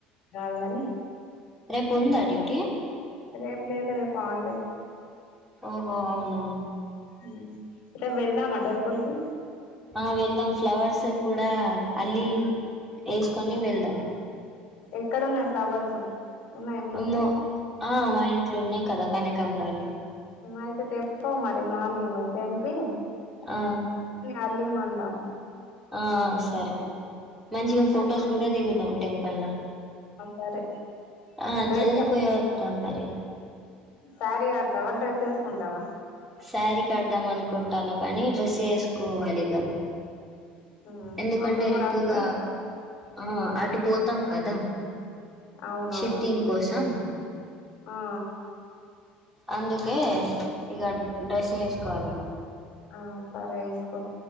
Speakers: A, on the left; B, in the centre.
A: కాదుగాని
B: రేపు ఉందా డ్యూటీ
A: రేపు లేదు రేపు హాలిడే
B: ఓహో అవునా
A: ఊ రేపు వెళ్దామా టెంపుల్కి
B: ఆ వెళ్దాం ఫ్లవర్స్ కూడా అల్లి ఏసుకొని వెళ్దాం
A: ఎక్కడున్నాయి ఫ్లవర్సు ఉన్నాయా మీ ఇంట్లో
B: మో ఆ మా ఇంట్లో ఉన్నాయి కదా కనకాంబ్రాలు
A: అయితే తెంపు మరి మార్నింగు తెంపి
B: ఆ
A: అల్లీ మందం
B: ఆ సరే మంచిగా
A: అక్కని
B: ఫొటోస్ కూడా దిగుదాం టెం తెల్ల
A: సరే
B: ఆ
A: డ్రెస్
B: జల్దీ పోయి వద్దాం మరి
A: శారీ కడతావా డ్రెస్ ఏసుకుంటావా
B: శారీ కడదాం అనుకుంటానా కానీ డ్రెస్సే ఏసుకోవాలి ఇగ
A: ఊ
B: ఎందుకంటే
A: మమ్మీ కూడా
B: రేపు
A: వస్తే
B: ఇగ ఆ అటు పోతాం కదా
A: అవునవును
B: షిఫ్టింగ్ కోసం
A: ఆ ఆ
B: అందుకే ఇగ డ్రెస్ వేసుకోవాలిగా
A: ఆ సరే ఏసుకో